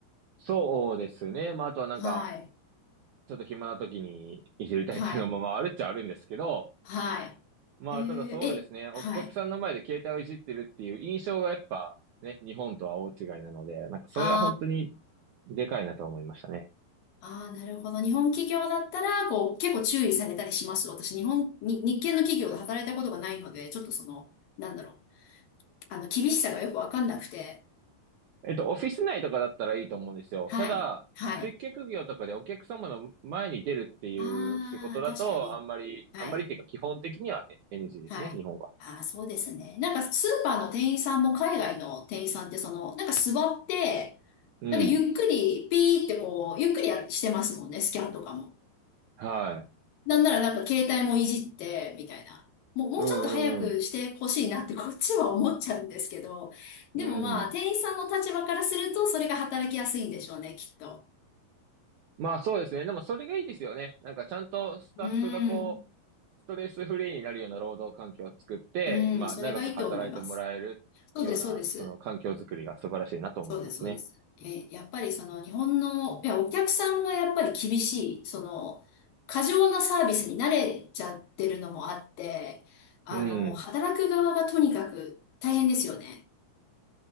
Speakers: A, on the right; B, on the left.
A: そうですね。まあ、あとはなんか、
B: はい、
A: ちょっと暇な時にいじりたいっていうのもまああるっちゃあるんですけど、
B: はい、は
A: まあ、
B: い。えーえ、
A: ただそうですね。お客さんの前で携帯をいじってるっていう印象がやっぱね、
B: はい。
A: 日本とは大違いなので、なんかそれは本当に
B: あ
A: でかいなと思いましたね。
B: あ、ああ、なるほど。日本企業だったら、こう、結構注意されたりします。私、日本、に、日系の企業で働いたことがないので、ちょっとその、なんだろう。あの、厳しさがよくわかんなくて。
A: えっと、オフィス内とかだったらいいと思うんですよ。
B: はい、
A: ただ、
B: はい。
A: 接客業とかでお客様の前に出るっていう仕事だと、
B: ああ、確かに。
A: あんまり、
B: はい。
A: あんまりっていうか基本的には NG ですね、
B: はい。
A: 日本は。
B: ああ、そうですね。なんかスーパーの店員さんも海外の店員さんってその、なんか座って、
A: うん。
B: なんかゆっくりピーってこう、ゆっくりやしてますもんね、スキャンとかも。
A: はい。
B: なんならなんか携帯もいじって、みたいな。もう、もうちょっと早くしてほしいなってこっちは思っちゃうんですけど、
A: うんうんうん。
B: でもまあ、
A: うん。
B: 店員さんの立場からするとそれが働きやすいんでしょうね、きっと。
A: まあそうですね。でもそれがいいですよね。なんかちゃんとスタッフがこう、
B: うん、
A: ストレスフリーになるような労働環境を作って、
B: うん、
A: まあ長く働いてもらえるような、
B: それがいいと思います。そうです、そうです。
A: その環境づくりが素晴らしいなと思いますね。
B: そうです、そうです。え、やっぱりその日本の、いや、お客さんがやっぱり厳しい、その、過剰なサービスに慣れちゃってるのもあって、あの、
A: うん。
B: 働く側がとにかく大変ですよね。